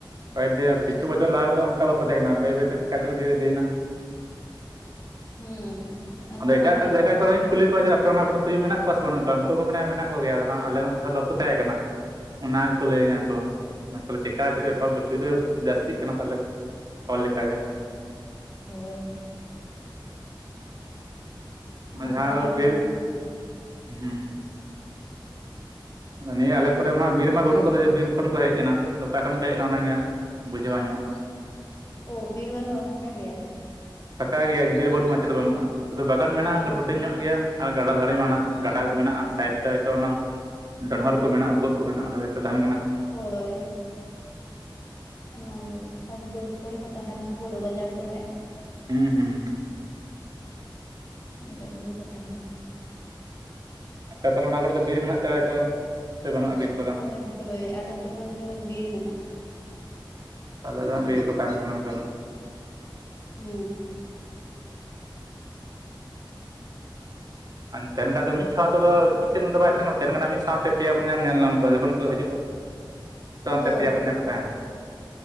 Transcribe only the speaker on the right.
ᱠᱚᱭᱠ ᱫᱮ ᱠᱤᱪᱷᱩ ᱵᱚᱪᱷᱚᱨ ᱞᱟᱦᱟ ᱨᱮᱫᱚ ᱚᱱᱠᱟ ᱵᱟᱠᱚ ᱛᱟᱦᱮᱸ ᱠᱟᱱᱟ, ᱵᱟᱹᱭ ᱵᱟᱹᱭ ᱛᱮ ᱪᱤᱠᱟᱹ ᱪᱚᱠᱚ ᱰᱷᱮᱨ ᱤᱫᱤᱭᱮᱱᱟ ᱾
ᱟᱫᱚ ᱮᱴᱟᱜ
ᱮᱴᱟᱜ ᱡᱟᱭᱜᱟ
ᱠᱚᱨᱮᱧ
ᱠᱩᱞᱤ ᱠᱚᱣᱟ ᱡᱮ ᱟᱯᱮ ᱚᱱᱟ ᱠᱚᱨᱮ ᱛᱩᱭᱩ ᱢᱮᱱᱟᱜ ᱠᱚᱣᱟ ᱥᱮ ᱵᱟᱹᱱᱩᱜ ᱠᱚᱣᱟ ᱩᱱᱠᱩ ᱠᱚ ᱢᱮᱱᱟ ᱢᱮᱱᱟᱜ ᱠᱚᱜᱭᱟ ᱟᱫᱚ ᱦᱟᱸᱜ ᱟᱞᱮ ᱚᱱᱛᱮ ᱦᱚᱸ ᱵᱟᱠᱚ ᱛᱟᱦᱮᱸ ᱠᱟᱱᱟ ᱾ ᱚᱱᱟ ᱜᱮᱠᱚ ᱞᱟᱹᱭ ᱟᱹᱧᱟᱹ ᱩᱱᱠᱩ ᱦᱚ ᱾ ᱪᱮᱠᱟ ᱪᱮᱫ ᱵᱮᱯᱟᱨ ᱵᱟᱹᱭᱟᱹᱣ <unintelligible> ᱡᱟᱹᱥᱛᱤᱜ ᱠᱟᱱᱟ ᱠᱚ <unintelligible> ᱞᱮᱠᱟᱜᱮ ᱾
ᱟᱨ
ᱡᱟᱦᱟᱸ
ᱫᱚ
ᱵᱤᱨ,
ᱦᱩᱸ ᱟᱫᱚ ᱱᱤᱭᱟᱹ ᱟᱞᱮ ᱠᱚᱨᱮ ᱢᱟ ᱦᱟᱸᱜ ᱵᱤᱨ ᱢᱟ ᱵᱟᱹᱱᱩᱜ ᱠᱟᱫᱟ ᱡᱮ ᱵᱤᱨ ᱠᱷᱚᱱ ᱠᱚ ᱦᱮᱡ ᱮᱱᱟ ᱟᱫᱚ ᱚᱠᱟ ᱠᱷᱚᱱ ᱠᱚ ᱦᱮᱡ ᱮᱱᱟ ᱚᱱᱟ ᱜᱮ ᱦᱟᱸᱜ ᱾ ᱵᱩᱡᱷᱟᱹᱣ ᱵᱟᱝ ᱧᱟᱢᱚᱜ ᱠᱟᱱᱟ ᱾
ᱯᱷᱟᱸᱠᱟ ᱜᱮᱭᱟ ᱮᱠ ᱵᱤᱨ ᱵᱟᱹᱱᱩᱜᱼᱟ ᱪᱮᱫ ᱦᱚ ᱵᱟᱹᱱᱩᱜᱼᱟ ᱥᱩᱫᱷᱩ ᱵᱟᱜᱟᱱ ᱢᱮᱱᱟᱜᱼᱟ
ᱦᱩᱰᱤᱝ ᱧᱚᱜ ᱜᱮᱭᱟ ᱾ ᱟᱨ ᱜᱟᱰᱟ ᱫᱷᱟᱨᱮ ᱢᱟᱱᱟᱜ ᱜᱟᱰᱟ ᱠᱚ ᱢᱮᱱᱟᱜᱼᱟ ᱥᱟᱭᱤᱰ ᱛᱮ ᱦᱚᱭᱛᱚ ᱚᱱᱟ ᱰᱚᱸᱰᱷᱚᱨ ᱠᱚ ᱢᱮᱱᱟᱜᱼᱟ ᱵᱷᱩᱜᱟᱹᱜ ᱠᱚ ᱢᱮᱱᱟᱜᱼᱟ ᱚᱸᱰᱮ ᱦᱚᱳᱭᱛᱚ ᱛᱟᱦᱮᱱ ᱠᱟᱱᱟ ᱠᱚ ᱾
ᱦᱩᱸ ᱦᱩᱸ ᱾
ᱟᱯᱮ ᱛᱟᱦᱚᱞᱮ ᱚᱱᱟ ᱠᱚᱨᱮᱫ ᱫᱚ ᱵᱤᱨ ᱢᱮᱱᱟᱜ ᱛᱮ ᱦᱚᱭᱛᱚ, ᱥᱮ ᱵᱟᱹᱱᱩᱜᱼᱟ ᱵᱤᱨ? ᱠᱚᱫᱚ
ᱦᱟᱸᱜ
ᱛᱟᱦᱚᱞᱮ ᱫᱚ ᱦᱟᱸᱜ ᱵᱤᱨ ᱨᱮ ᱠᱚ ᱛᱟᱦᱮᱱ ᱠᱟᱱᱟ ᱩᱱᱠᱟ ᱫᱚ ᱾
ᱛᱟᱦᱮᱱ ᱠᱷᱟᱱ ᱢᱤᱫ ᱥᱟᱶ ᱛᱮ ᱫᱚ ᱢᱤᱫᱴᱮᱱ ᱵᱟᱭ ᱛᱟᱦᱮᱱ ᱠᱟᱱᱟ, ᱛᱟᱦᱮᱱ ᱠᱟᱱᱟ ᱠᱚ ᱢᱤᱫ ᱥᱟᱶᱛᱮ ᱯᱮᱭᱟ ᱯᱚᱱᱭᱟ ᱧᱮᱞ ᱧᱟᱢ ᱠᱚᱣᱟ ᱡᱚᱠᱷᱚᱱ ᱠᱚ ᱦᱤᱡᱩᱜᱼᱟ ᱾ ᱥᱟᱶᱛᱮ ᱛᱮ
ᱯᱭᱟ ᱯᱚᱱᱭᱟ ᱠᱚ ᱛᱟᱦᱮᱱᱟ ᱾